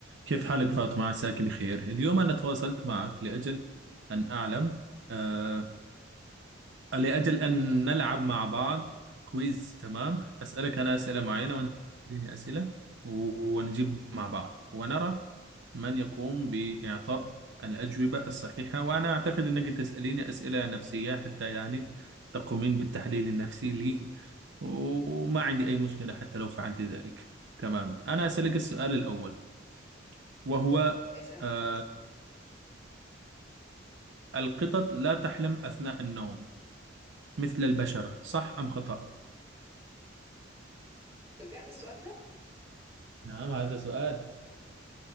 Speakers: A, on the right (about 65°); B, on the right (about 15°).
A: كيف حالك فاطمة عساك بخير اليوم أنا تواصلت معك لأجل أن أعلم آه لأجل أن نلعب مع بعض كويز تمام أسألك أنا أسئلة
B: اوكي
A: معينة وأنت تديني أسئلة و- ونجيب مع بعض ونرى من يقوم بإعطاء الأجوبة الصحيحة وأنا أعتقد أنك تسأليني أسئلة نفسية حتى يعني تقومين بالتحليل النفسي لي و- وما عندي أي مشكلة حتى لو فعلت ذلك تمام أنا أسألك السؤال الأول وهو
B: اسأل
A: آه، القطط لا تحلم أثناء النوم مثل البشرة صح أم خطأ؟
B: ده بجد السؤال ده
A: نعم هذا سؤال